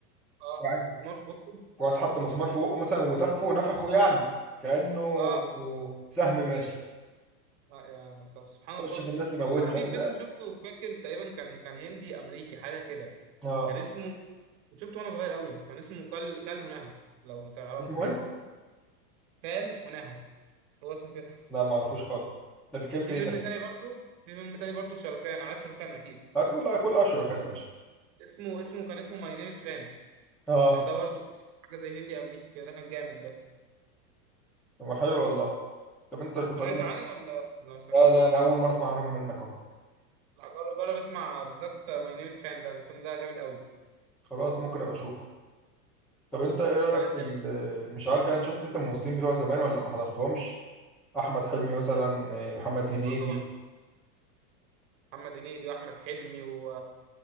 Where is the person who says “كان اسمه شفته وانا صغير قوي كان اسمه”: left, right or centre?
Right